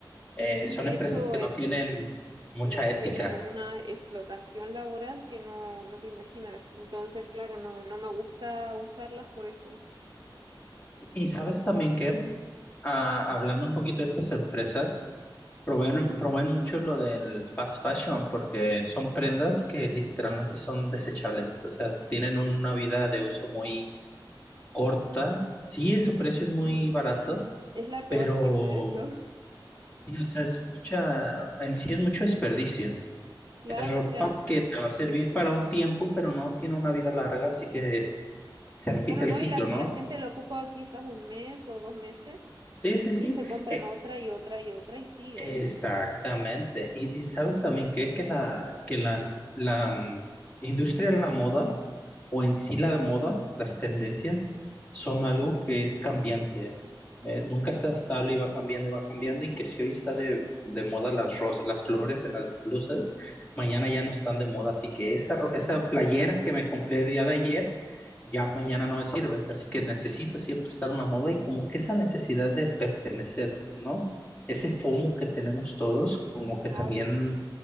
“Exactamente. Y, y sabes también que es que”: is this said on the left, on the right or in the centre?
Left